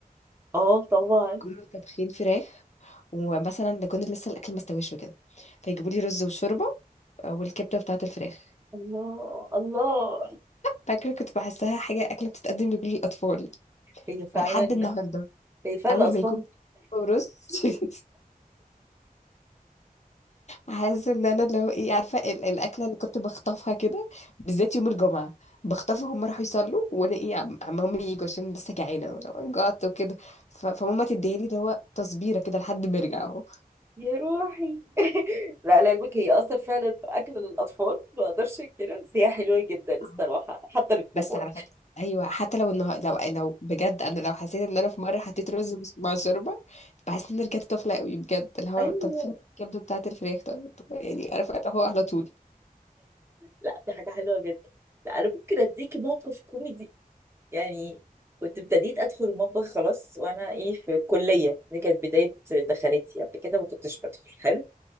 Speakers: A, on the right; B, on the left.
A: اه طبعا
B: كانوا طابخين فراخ ومثلا نكون لسه الأكل مستويش وكده فيجيبوا لي رز وشوربة آه، والكبدة بتاعة الفراخ
A: الله الله
B: فاكرة كنت بحسها حاجة أكلة بتتقدم لكل الأطفال
A: هي فعلا
B: فلحد النهاردة
A: هي فعلا
B: أول
A: الاطفال
B: ما يكون رز <laughs> حاسه ان انا لو ايه عارفه ال- الاكله اللي كنت بخطفها كده بالذات يوم الجمعه بخطفها هم راحوا يصلوا وانا ايه عم عم هم يجوا عشان لسه جعانه وأنا جعت وكده ف- فماما تديها لي اللي هو تصبيره كده لحد ما ارجع اهو
A: يا روحي لا لا علمك هي اصلا فعلا اكل للاطفال ما اقدرش كده بس هي حلوه جدا الصراحه
B: آه.
A: حتى للكبار
B: بس على فكره ايوه حتى لو النهار لو لو بجد انا لو حسيت ان انا في مره حطيت رز مس- مع شوربه بحس ان أنا رجعت طفله قوي بجد اللي هو
A: ايوه
B: طب فين الكبده بتاعه الفراخ طب طب يعني عارفه اللي هو على طول
A: لا دي حاجه حلوه جدا لا انا ممكن اديكي موقف كوميدي يعني كنت ابتديت ادخل المطبخ خلاص وانا ايه في الكليه دي كانت بدايه دخلتي قبل كده ما كنتش بدخل حلو